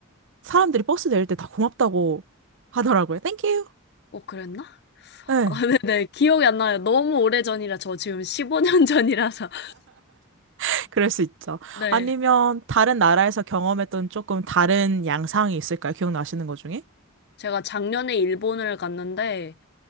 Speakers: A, on the right; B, on the left.
A: 사람들이 버스 내릴 때 다 고맙다고 하더라고요. 땡큐.
B: 어, 그랬나?
A: 네,
B: <laughs> 네, 기억이 안 나요. 너무 오래전이라 저 지금 15년 전이라서. <laughs>
A: <laughs> 그럴 수 있죠.
B: 네.
A: 아니면 다른 나라에서 경험했던 조금 다른 양상이 있을까요? 기억나시는 것 중에?
B: 제가 작년에 일본을 갔는데,